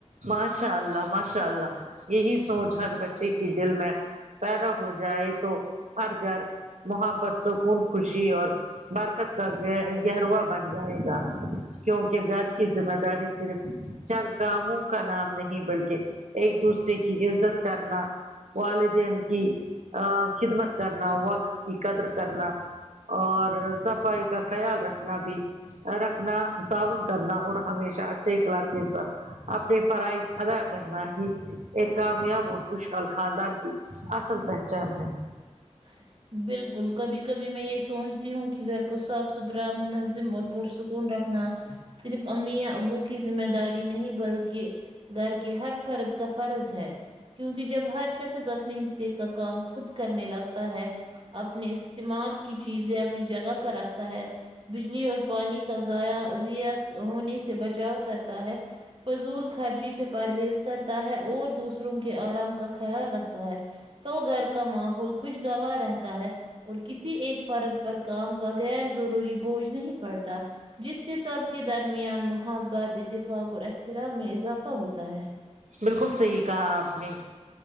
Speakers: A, on the right; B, on the right.
A: ماشاء اللہ ماشاء اللہ یہی سوچ ہر بچے کی دل میں پیدا ہو جائے تو ہر گھر محبت سکون خوشی اور برکت کا گہروا بن جائے گا کیونکہ گھر کی ذمہ داری صرف چند کاموں کا نام نہیں بلکہ ایک دوسرے کے عزت کرنا والدین کی خدمت کرنا وقت کی قدر کرنا اور صفائی کا خیال رکھنا بھی رکھنا طاعون کرنا اور ہمیشہ اچھے اخلاق کے ساتھ اپنے فرائض ادا کرنا ہی ایک کامیاب اور خوشحال خاندان کی اصل پہچان ہے
B: ہ <inaudible> بالکل کبھی کبھی میں یہ سوچتی ہوں کہ گھر کو صاف ستھرا منظم اور پرسکو کون رکھنا صرف امی یا ابو کی ذمہ داری نہیں بلکہ گھر کے ہر فرد کا فرض ہے کیونکہ جب ہر شخص اپنے حصے کا کام خود کرنے لگتا ہے اپنے استعمال کی چیزیں اپنی جگہ پر تا ہے بجلی اور پانی کا ضائع ضیا ہونے سے بچاؤ کرتا ہے فضول خرچی سے پرہیز کرتا ہے اور دوسرے روم کے آرام کا خیال رکھتا ہے تو گھر کا ماحول خوشگوار رہتا ہے اور کسی ایک فرد پر کام کا غیر ضروری بوجھ نہیں پڑتا جس سے سب کے درمیان محبت اتفاق اور احترام میں اضافہ ہوتا ہے
A: بالکل صحیح کہا آپ نے